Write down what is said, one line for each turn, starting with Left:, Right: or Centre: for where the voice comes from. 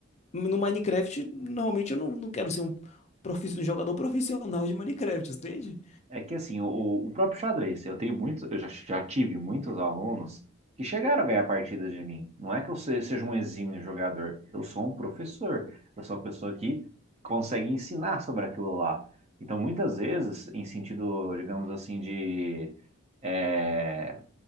Left: no Minecraft, normalmente eu não, não quero ser um profi- um jogador profissional de Minecraft, entende?
Right: É que assim, o, o próprio xadrez, eu tenho muitos, eu já, já tive muitos alunos que chegaram a ganhar partidas de mim. Não é que eu se- seja um exímio jogador, eu sou um professor, eu sou uma pessoa que consegue ensinar sobre aquilo lá. Então, muitas vezes, em sentido, digamos assim, de é,